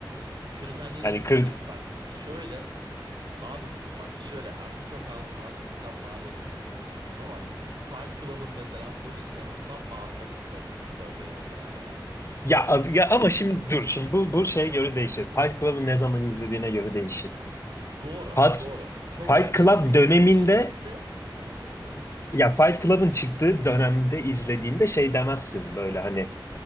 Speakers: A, on the right; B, on the left.
A: kriterlerin
B: Hani
A: yüksek
B: kır,
A: bak. Şöyle Abi bak şöyle artık çok aldık, kan mal olmuş kült bir film ama Fight Club'ın mesela sonu inanılmaz harika bir plot twist örneği mesela yani.
B: Ya, abi- ya ama şimdi dur şimdi bu bu şeye göre değişir. Fight Club'ı ne zaman izlediğine göre değişir.
A: Doğru,
B: Fight,
A: doğru. Çok
B: Fight
A: filmde
B: Club
A: ilk,
B: döneminde
A: ilk izlediğimde ha, ha,
B: ya Fight Club'ın çıktığı dönemde izlediğinde şey demezsin böyle hani